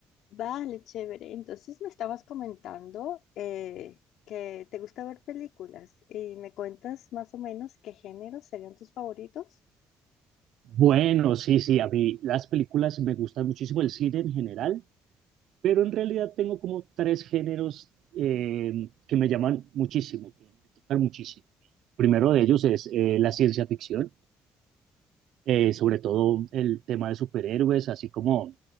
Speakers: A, on the left; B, on the right.
A: Vale, chévere. Entonces me estabas comentando eh, que te gusta ver películas y me cuentas más o menos qué géneros serían tus favoritos.
B: Bueno, sí, sí, a mí las películas me gustan muchísimo, el cine en general, pero en realidad tengo como tres géneros eh, que me llaman muchísimo, que me tocan muchísimo. Primero de ellos es eh, la ciencia ficción, eh, sobre todo el tema de superhéroes, así como,